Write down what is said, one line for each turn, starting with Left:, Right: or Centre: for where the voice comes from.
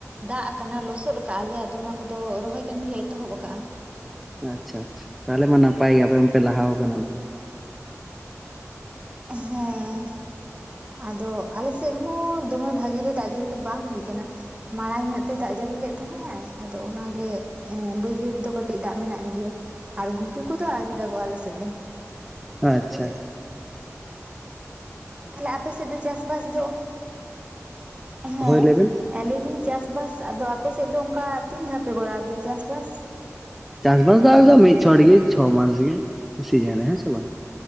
Right: ᱫᱟᱜ ᱟᱠᱟᱱᱟ ᱞᱚᱥᱚᱫ ᱟᱠᱟᱜ ᱟᱞᱮ ᱟᱫᱚ ᱚᱱᱟ ᱠᱚᱫᱚ ᱨᱚᱦᱚᱭ ᱠᱟᱹᱢᱤ ᱞᱮ ᱮᱛᱚᱦᱚᱵ ᱟᱠᱟᱜᱼᱟ᱾
Centre: ᱟᱪᱪᱷᱟ ᱟᱪᱪᱷᱟ ᱛᱟᱦᱚᱞᱮ ᱢᱟ ᱱᱟᱯᱟᱭ ᱜᱮ ᱟᱯᱮ ᱢᱟᱯᱮ ᱞᱟᱦᱟ ᱟᱠᱟᱱᱟ ᱟᱫᱚ᱾
Right: ᱦᱮᱸᱻ ᱟᱫᱚ ᱟᱞᱮ ᱥᱮᱫ ᱦᱚᱸ ᱫᱚᱢᱮ ᱵᱷᱟᱹᱜᱤ ᱫᱚ ᱫᱟᱜ ᱡᱟᱹᱲᱤ ᱫᱚ ᱵᱟᱝ ᱦᱩᱭ ᱠᱟᱱᱟ᱾ ᱢᱟᱲᱟᱝ ᱧᱚᱜ ᱛᱮ ᱫᱟᱜ ᱡᱟᱹᱲᱤ ᱞᱮᱫ ᱛᱟᱦᱮᱸᱼᱟᱭ ᱟᱫᱚ ᱚᱱᱟ ᱜᱮ᱾ ᱦᱮᱸ ᱵᱟᱹᱭᱦᱟᱹᱲ ᱨᱮᱫᱚ ᱠᱟᱹᱴᱤᱡ ᱫᱟᱜ ᱢᱮᱱᱟᱜ ᱜᱮᱭᱟ ᱟᱨ ᱜᱷᱩᱴᱩ ᱠᱚᱫᱚ ᱟᱹᱣᱨᱤ ᱫᱟᱜᱚᱜᱼᱟ ᱟᱞᱮ ᱥᱮᱫ ᱫᱚ᱾
Centre: ᱟᱪᱪᱷᱟ
Right: ᱛᱟᱦᱚᱞᱮ ᱟᱯᱮ ᱥᱮᱫ ᱫᱚ ᱪᱟᱥ ᱵᱟᱥ ᱫᱚ ᱦᱮᱸ᱾
Centre: ᱦᱳᱭ ᱞᱟᱹᱭ ᱵᱮᱱ
Right: ᱮ ᱞᱟᱹᱭ ᱫᱟᱹᱧ ᱪᱟᱥ ᱵᱟᱥ ᱟᱫᱚ ᱟᱯᱮ ᱥᱮᱜ ᱫᱚ ᱚᱱᱠᱟ ᱛᱤᱱ ᱫᱷᱟᱣ ᱯᱮ ᱠᱚᱨᱟᱣ ᱜᱮᱭᱟ ᱪᱟᱥ ᱵᱟᱥ
Centre: ᱪᱟᱥ ᱵᱟᱥ ᱫᱚ ᱟᱞᱮ ᱫᱚ ᱢᱤᱫ ᱪᱷᱚᱴᱜᱮ ᱪᱷᱚ ᱢᱟᱥ ᱜᱮ ᱥᱤᱡᱤᱱ ᱨᱮ ᱦᱮᱸ ᱥᱮ ᱵᱟᱝ